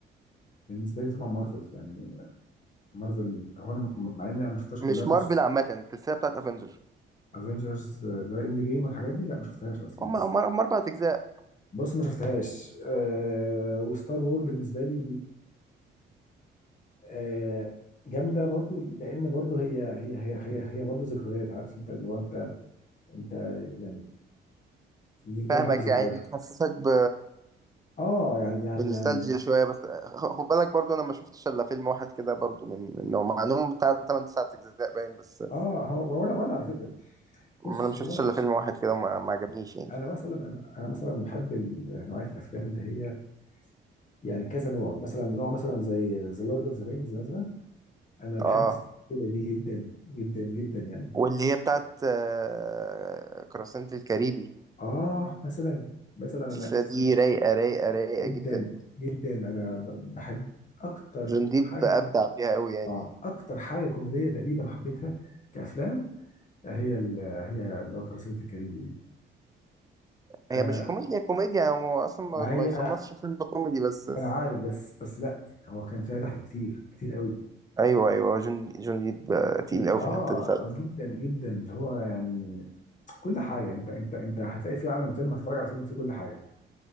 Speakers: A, on the left; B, on the right.
A: بالنسبه لي طبعا مارفل يعني مارفل هو انا م- مع اني انا ما شفتهاش كلها
B: مش
A: بس
B: مارفل عامة السلسلة بتاعت افنجر
A: افنجرز اللي هو اند جيم والحاجات دي لا ما شفتهاش اصلا
B: هم
A: لسه
B: هم هم اربع اجزاء
A: بص ما شفتهاش آه وستار وور بالنسبه لي آه، جامده برضو لان برضو هي هي هي هي هي برضو ذكريات عارف انت اللي هو انت انت يعني اللي ليها
B: فاهمك
A: معاك ذكريات
B: يعني بتحسسك ب...
A: اه يعني يعني
B: بنوستالجيا
A: يعني
B: شوية بس خد بالك برضو انا ما شفتش الا فيلم واحد كده برضو من انه مع انهم بتاع 8 9 اجزاء باين بس
A: اه هو وانا وانا على فكره بص
B: انا ما شفتش
A: هو انا
B: الا فيلم واحد كده وما ما عجبنيش يعني
A: انا مثلا انا أنا مثلا بحب ال- نوعيه الافلام اللي هي يعني كذا نوع مثلا نوع مثلا زي ذا لورد اوف ذا رينجز مثلا انا بحب
B: اه
A: السلسله دي جدا جدا جدا يعني
B: واللي هي بتاعت آه، قراصنة الكاريبي
A: اه مثلا مثلا
B: السلسلة
A: انا
B: دي رايقة رايقة رايقة
A: جدا
B: جدا
A: جدا انا ب- بحب اكتر
B: جون ديب
A: حاجه
B: أبدع فيها أوي يعني
A: اه اكتر حاجه كوميديه تقريبا حبيتها كافلام هي ال- هي اللي هو كراسي الكاريبي دي
B: هي
A: آه
B: مش كوميديا كوميديا هو أصلا ما,
A: مع
B: ما
A: هي
B: يصنفش فيلم كوميدي بس
A: انا عارف بس بس لا هو كان فيها ضحك كتير كتير قوي
B: أيوه أيوه هو جون جون ديب آه، تقيل أوي
A: اه
B: في الحتة دي فعلا
A: آه، جدا جدا اللي هو يعني كل حاجه انت انت انت هتلاقي في عالم فيلم هتتفرج على فيلم فيه كل حاجه